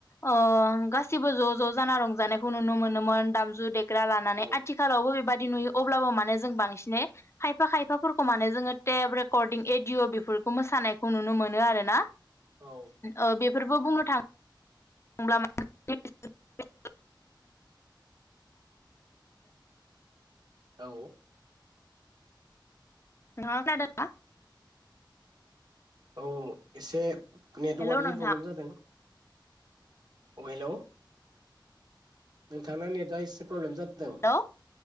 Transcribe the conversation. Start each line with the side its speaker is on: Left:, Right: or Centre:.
Left: अ गासिबो ज' ज' जाना रंजानायखौ नुनो मोनोमोन दामजु दे ग्रा लानानै
Right: औ
Left: आथिखालावबो बेबाद दि नुयो अब्लाबो माने जों बांसिनै खायफा खायफाफोरखौ माने जोंङो टेप रेकर्डिं एडिय' बेफोर खौ मोसानायखौ नुनो मोनो आरो ना?
Right: औ
Left: ओ बे फोरबो बुंनो थां ब्ला <unintelligible>
Right: औ
Left: नोंथां आ खोनादों ना?
Right: औ एसे नेट
Left: हेलौ
Right: वार्क नि
Left: नोंथां
Right: प्रब्लेम जादों। अ हेलोव नोंथांना नेटआ एसे प्रब्लेम जाद दों
Left: हेलौ